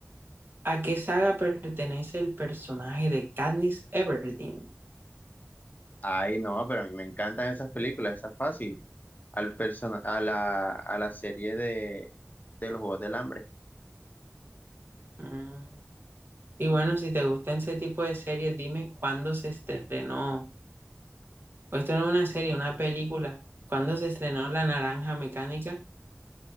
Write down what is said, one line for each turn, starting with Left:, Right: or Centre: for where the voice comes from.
Right: ¿A qué saga pertenece el personaje de Katniss Everdeen?
Left: Ay, no, pero a mí me encantan esas películas, esas fácil. Al persona, a la, a la serie de, de los Juegos del Hambre.
Right: Mm. Y bueno, si te gustan ese tipo de series, dime cuándo se estrenó. Pues esto no es una serie, una película. ¿Cuándo se estrenó La Naranja Mecánica?